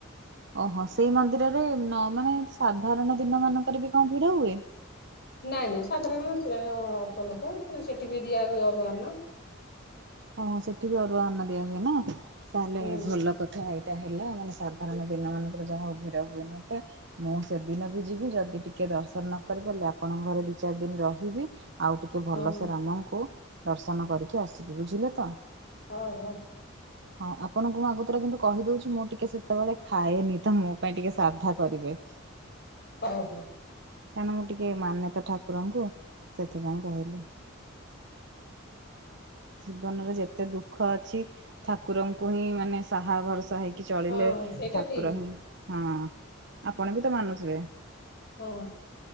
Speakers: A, on the right (about 55°); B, on the left (about 50°).
A: ଓହୋ ସେଇ ମନ୍ଦିରରେ ମାନେ ସାଧାରଣ ଦିନ ମାନଙ୍କରେ ବି କଣ ଭିଡ ହୁଏ।
B: ନାଇଁ ନାଇଁ ସାଧାରଣ ଅଳ୍ପ ଲୋକ ସେଠି ବି ଦିଆ ହୁଏ ଅରୁଆ ଅର୍ଣ୍ଣ।
A: ହଁ ସେଠି ବି ଆରୁ ଆନ ଦିଆ ହୁଏ ନା ତାହେଲେ
B: ହୁଁ
A: ଭଲ କଥା ଏଇ। ଏଟା ହେଲା ମାନେ ସାଧାରଣ ଦିନ ମାନଙ୍କରେ ଯାହାହଉ ଭିଡ ହୁଏନି ଏତେ। ମୁଁ ସେଦିନ ବି ଯିବି ଯଦି ଟିକେ ଦର୍ଶନ ନକରି ପାରିଲି ଆପଣଙ୍କ ଘରେ ଦି ଚାରି ଦିନ ରହିବି। ଆଉ ଟିକେ ଭଲସେ
B: ହଁ
A: ରାମଙ୍କୁ ଦର୍ଶନ କରିକି ଆସିବି ବୁଝିଲେ ତ।
B: ହଉ ହଉ।
A: ହଁ ଆପଣଙ୍କୁ ମୁଁ ଆଗୁତୁରା କିନ୍ତୁ କହିଦଉଛି ମୁଁ ଟିକେ ସେତେବେଳେ ଖାଏନି ତ ମୋ ପାଇଁ ଟିକେ ସାଧା କରିବେ।
B: ହଉ ହଉ।
A: କାହିଁକଣନା ମୁଁ ଟିକେଏ ମାନେତ ଠାକୁରଙ୍କୁ ସେଥିପାଇଁ କହିଲି। ଜୀବନରେ ଯେତେ ଦୁଃଖ ଅଛିସ ଠାକୁରଙ୍କୁ ହିଁ ମାନେ ସାହା ଭରସା ହେଇ କି ଚଳିଲେ
B: ହଁ ସେଇଟା
A: ଠାକୁର
B: ଠିକ
A: ହିଁ ହଁ ଆପଣ ବି ତ ମାନୁଥିବେ।
B: ହଁ।